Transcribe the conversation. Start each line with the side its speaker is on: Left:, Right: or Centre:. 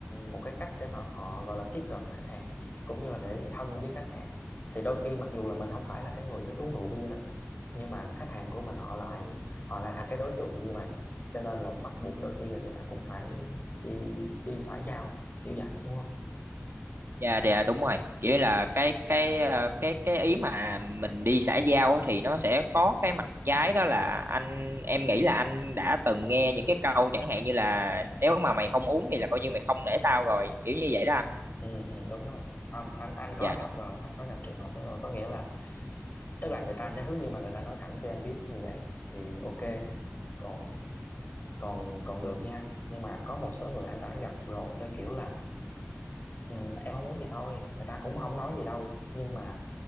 Left: một cái cách để mà họ gọi là tiếp cận khách hàng cũng như là để thân với khách hàng thì đôi khi mặc dù là mình không phải là cái người thích uống rượu bia đó nhưng mà khách hàng của mình họ lại họ lại là cái đối tượng như vậy cho nên là bắt buộc đôi khi là người ta cũng phải đi đi xã giao kiểu vậy đúng không
Right: Dạ dạ, đúng rồi. Kiểu như là cái cái ờ, cái cái ý mà mình đi xã giao á thì nó sẽ có cái mặt trái đó là anh em nghĩ là anh đã từng nghe những cái câu chẳng hạn như là nếu mà mày không uống thì là coi như mày không nể tao rồi, kiểu như vậy đó anh.
Left: ừ, ừ đúng rồi anh, anh anh có
Right: Dạ
Left: gặp rồi anh có gặp trường hợp đó rồi có nghĩa là tức là người ta nói hướng nhưng mà người ta nói thẳng cho em biết như vậy thì ok còn còn còn được nha nhưng mà có một số người anh đã gặp rồi theo kiểu là ừ, em không muốn thì thôi người ta cũng không nói gì đâu nhưng mà